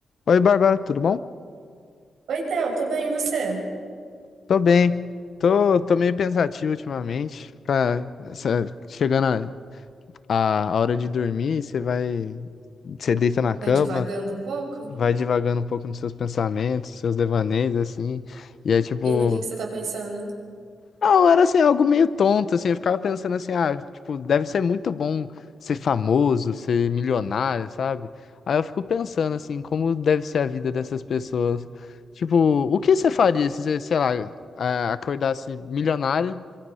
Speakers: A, on the left; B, on the right.
A: Oi, Bárbara, tudo bom?
B: Oi, Theo, tô bem, e você?
A: Tô bem. Tô, tô meio pensativo ultimamente. Pra, essa- chegando a, a, a hora de dormir, você vai. Você deita na cama,
B: Vai divagando um pouco?
A: vai divagando um pouco nos seus pensamentos, seus devaneios, assim. E é tipo.
B: E no que que você tá pensando?
A: Não, era assim, algo meio tonto, assim, eu ficava pensando assim, ah, tipo, deve ser muito bom ser famoso, ser milionário, sabe? Aí eu fico pensando assim, como deve ser a vida dessas pessoas. Tipo, o que você faria se você, sei lá, a- acordasse milionário